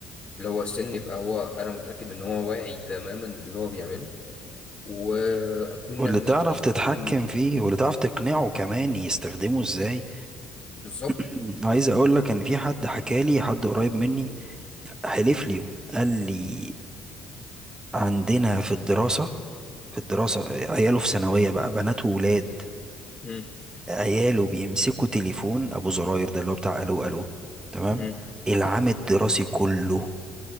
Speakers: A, on the left; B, on the right.
A: اللي هو السن يبقى هو انا متأكد ان هو واعي تماما اللي هو بيعمله واكون
B: واللي
A: نميت
B: تعرف
A: فيه
B: تتحكم
A: كل
B: فيه واللي تعرف تقنعه كمان يستخدمه ازاي
A: بالظبط
B: <clears throat> عايز اقول لك ان في حد حكى لي حد قريب مني حلف لي قال لي عندنا في الدراسة في الدراسة عياله في ثانوية بقى بنات وولاد
A: امم
B: عياله بيمسكوا تليفون ابو زراير ده اللي هو بتاع الو الو تمام
A: امم
B: العام الدراسي كله